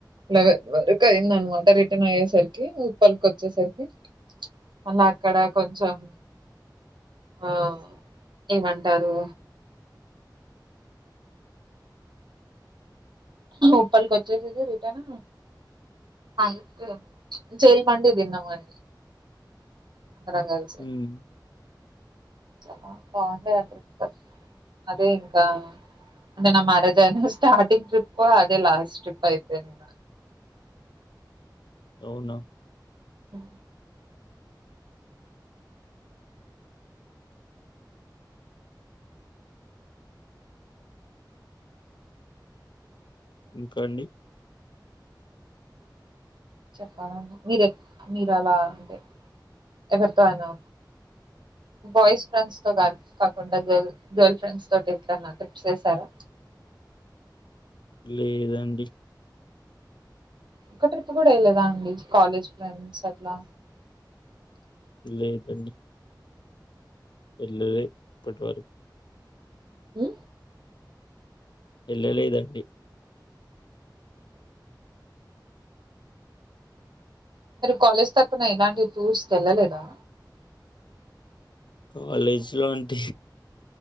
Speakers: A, on the right; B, on the left.
A: లెవెన్ వరకు అయింది అన్నమాట రిటర్న్ అయ్యేసరికి ఉప్పల్కొచేసరికి మళ్ళ అక్కడ కొంచెం ఆ ఏమంటారు ఉప్పల్ కొచ్చేసేసి రిటర్న్ అయితే జైల్ మండి తిన్నమండి వరంగల్ సైడ్
B: ఉమ్,
A: చాలా బాగుంటదండి అదే ఇంకా అంటే నా మ్యారేజ్ అయిన స్టార్టింగ్ ట్రిప్ అదే లాస్ట్ ట్రిప్ అయిపోయింది
B: అవునా
A: హ్
B: ఇంకా అండి
A: చెప్పాలండి మీరే మీరలా అంటే ఎవరితో అయినా బాయ్స్ ఫ్రెండ్స్ తో కాదు కాకుండా గర్ల్ గర్ల్ ఫ్రెండ్స్ తోటి ఎట్లాన్నా ట్రిప్స్ వేసారా
B: లేదండి
A: ఒక్క ట్రిప్ కూడా వేయలేదా అండి కాలేజ్ ఫ్రెండ్స్ అట్లా
B: లేదండి ఏల్లలే ఇప్పటివరకు
A: ఉ
B: ఏళ్ళలేదండి
A: మీరు కాలేజ్ తరుపున ఎలాంటి టూర్స్కి వెళ్ళలేదా
B: కాలేజ్లో అంటే